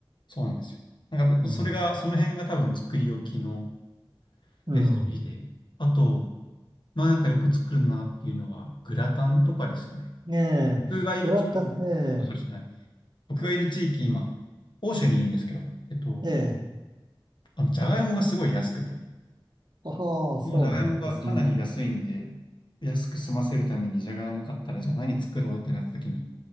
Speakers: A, on the left; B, on the right.
A: そうなんですよ。なんかでそれが、
B: うん、
A: その辺が多分作り置きの
B: うん、
A: レシピで。あと、まあなんかよく作るなっていうのは、グラタンとかですかね。
B: ええ、
A: 僕がいる地域、
B: グラタン、え
A: あ、そうですね。はい僕がいる地域、今、欧州にいるんですけど、えっと、
B: え、ええ、
A: あの、じゃがいもがすごい安くて、
B: ああ、そうなんですね。
A: もうじゃがいもがかなり安いんで、安く済ませるためにじゃがいも買ったら、じゃあ何作ろうってなった時に、